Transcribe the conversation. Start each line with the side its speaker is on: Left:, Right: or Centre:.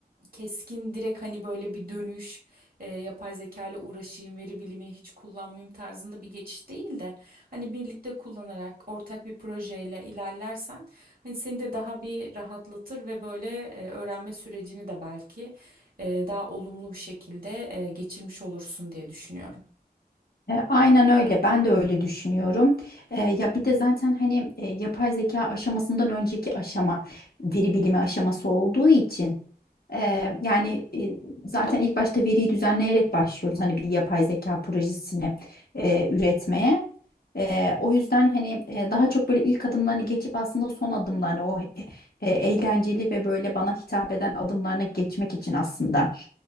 Right: keskin direkt hani böyle bir dönüş eee, yapay zeka ile uğraşayım veri bilimi hiç kullanmayayım tarzında bir geçiş değil de hani birlikte kullanarak ortak bir projeyle ilerlersen hani seni de daha bir rahatlatır ve böyle eee, öğrenme sürecini de belki eee, daha olumlu bir şekilde eee, geçirmiş olursun diye düşünüyorum.
Left: E, aynen öyle, ben de öyle düşünüyorum. E, ya bir de zaten hani e, yapay zeka aşamasından önceki aşama veri bilimi aşaması olduğu için e, yani e, zaten ilk başta veriyi düzenleyerek başlıyoruz hani bir yapay zeka projesini e, üretmeye. Eee, o yüzden hani e, daha çok böyle ilk adımlarını geçip aslında son adımlarını o e- e, eğlenceli ve böyle bana hitap eden adımlarına geçmek için aslında